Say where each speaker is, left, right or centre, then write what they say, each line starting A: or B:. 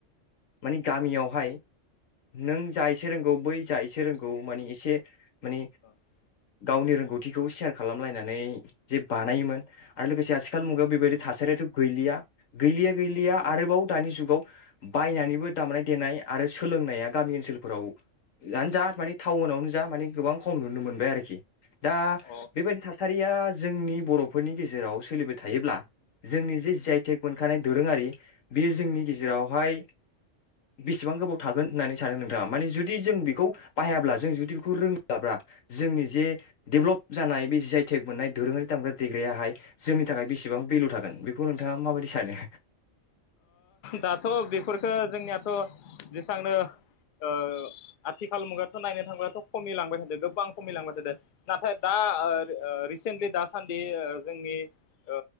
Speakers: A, on the left; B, on the left.
A: मानि गामियावहाय नों जा एसे रोंगौ बै जा एसे रोंगौ मानि एसे माने
B: अ
A: गावनि रोंगौथिखौ सेयार खालामलायनानै जे बानायोमोन आरो लोगोसे आ थिखाल मुगायाव बेबायदि थासारियाथ' गैलिया गैलिया गैलिया आरोबाव दानि जुगाव बायनानैबो दामनाय देनाय आरो सोलोंनाया गामि ओनसोलफोराव जानो जा मानि टाउनावनो जा मानिे गोबां खम नुनो मोनबाय आरोखि दा
B: अ
A: बेबायदि थासा सारिया जोंनि बर'फोरनि गेजेराव सोलिबाय थायोब्ला जोंनि जे ज जि आइ टेक मोनखानाय दोरोङारि बेयो जोंनि गेजेरावहाय बेसेबां गोबाव थागोन होननानै सानो नोंथाङा माने जुदि जों बेखौ बाहायाब्ला जों जुदि बेखौ रोङाब्ला जोंनि जे डेभेलप जानाय बे जि आइ टेक मोननाय दोरोङारि दामग्रा देग्रायाहाय जोंनि थाखाय बेसेबां भेलु थागोन, बेखौ नोंथाङा माबायदि सानो?
B: दाथ' बेफोरफोरखौ जोंनियाथ' बेेसेबांनो ओ आथिखाल मुगा नायनो थांबाथ' खमिलांबाय थादों गोबांं खमिलांबाय थादों नाथाय दा ओ रि-रिसेन्टलि दा सो सान्दि जोंनि ओ